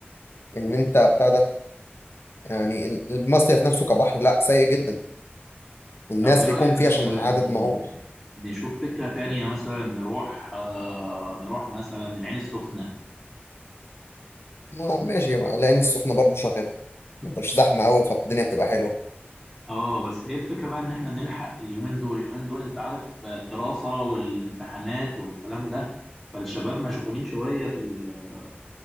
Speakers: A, on the left; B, in the centre.
A: ان انت بتاع ده يعني المصيف نفسه كبحر لا سيء جدا الناس
B: طب إيه
A: بيكون
B: رأيك
A: فيه
B: مثلا
A: عشان عدد مهول
B: نشوف فكرة تانية مثلا نروح آه نروح مثلا العين السخنة
A: ما- ماشي بقى لان السخنه برضه شغاله مش زحمه قوي فالدنيا بتبقى حلوه
B: اه بس ايه الفكرة بقى ان احنا نلحق اليومين دول اليومين دول انت عارف آه، الدراسة والامتحانات والكلام ده فالشباب مشغولين شوية في ال-